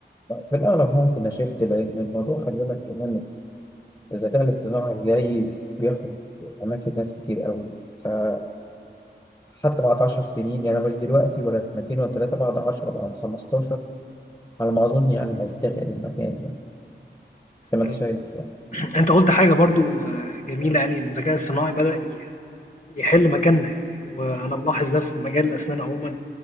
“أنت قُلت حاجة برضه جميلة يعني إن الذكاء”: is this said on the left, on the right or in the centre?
Left